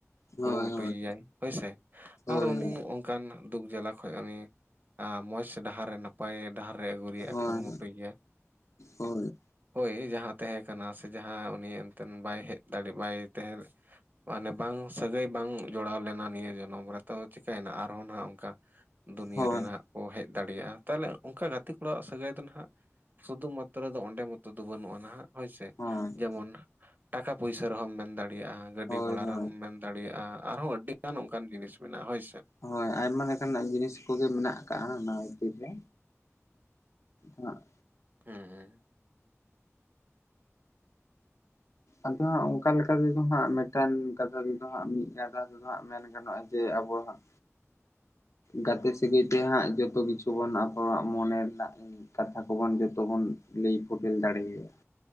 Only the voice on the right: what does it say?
ᱠᱩᱨᱩ ᱢᱩᱴᱩᱭᱮᱟᱭ
ᱦᱳᱭ ᱥᱮ
ᱟᱨ ᱩᱱᱤ ᱚᱱᱠᱟᱱᱟᱜ ᱫᱩᱠ ᱡᱟᱞᱟ ᱠᱷᱚᱱ ᱩᱱᱤ ᱢᱚᱸᱡᱽ ᱥᱮ ᱰᱟᱦᱟᱨ ᱮ ᱱᱟᱯᱟᱭ ᱱᱟᱯᱟᱭ ᱰᱟᱦᱟᱨ ᱨᱮ ᱟᱹᱜᱩ ᱨᱮᱭᱟᱜ
ᱮ ᱠᱩᱨᱩ ᱢᱩᱴᱩᱭ ᱜᱮᱭᱟ
ᱦᱳᱭ ᱡᱟᱦᱟᱸ ᱛᱟᱦᱮ ᱠᱟᱱᱟ ᱥᱮ ᱡᱟᱦᱟᱸ ᱩᱱᱤ ᱮᱱᱛᱮᱫ ᱵᱟᱭ ᱦᱮᱡ ᱫᱟᱲᱮᱜ ᱵᱟᱭ ᱛᱟᱦᱮ ᱢᱟᱱᱮ ᱵᱟᱝ ᱥᱟᱹᱜᱟᱹᱭ ᱵᱟᱝ ᱡᱚᱲᱟᱣ ᱞᱮᱱᱟ᱾ ᱱᱤᱭᱟᱹ ᱡᱚᱱᱚᱢ ᱨᱮ ᱛᱚ ᱪᱤᱠᱟᱹᱭ ᱱᱟ ᱟᱨᱦᱚᱸ ᱱᱟᱦᱟᱜ ᱫᱩᱱᱭᱟᱹ
ᱨᱮᱱᱟᱜ ᱠᱚ ᱦᱮᱡ ᱫᱟᱲᱮᱭᱟᱜ-ᱟ᱾ ᱛᱟᱦᱚᱞᱮ ᱚᱱᱠᱟ ᱜᱟᱛᱮ ᱠᱚ ᱚᱲᱟᱜ ᱥᱟᱹᱜᱟᱹᱭ ᱫᱚ ᱱᱟᱦᱟᱜ ᱥᱩᱫᱷᱩ ᱢᱟᱛᱨᱚ ᱫᱚ ᱚᱸᱰᱮ ᱢᱚᱛᱚ ᱫᱚ ᱵᱟᱹᱱᱩᱜ-ᱟ᱾ ᱱᱟᱦᱟᱜ ᱦᱳᱭ ᱥᱮ
ᱡᱮᱢᱚᱱ ᱴᱟᱠᱟ ᱯᱩᱭᱥᱟᱹ ᱨᱮᱦᱚᱢ ᱢᱮᱱ ᱫᱟᱲᱮᱭᱟᱜ-ᱟ᱾ ᱜᱟᱹᱰᱤ
ᱜᱷᱚᱲᱟ ᱨᱮᱦᱚᱢ ᱢᱮᱱ ᱫᱟᱲᱮᱭᱟᱜ-ᱟ᱾ ᱟᱨᱦᱚᱸ ᱟᱹᱰᱤ ᱡᱟᱦ ᱱᱚᱝᱠᱟᱱ ᱡᱤᱱᱤᱥ ᱢᱮᱱᱟᱜ-ᱟ᱾ ᱦᱳᱭ ᱥᱮ
ᱦᱮ ᱦᱮ